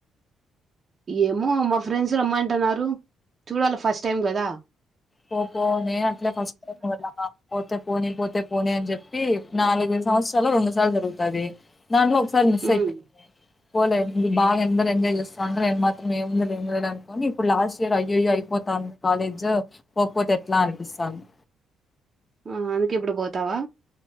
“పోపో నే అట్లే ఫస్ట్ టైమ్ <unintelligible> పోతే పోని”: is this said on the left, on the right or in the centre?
Left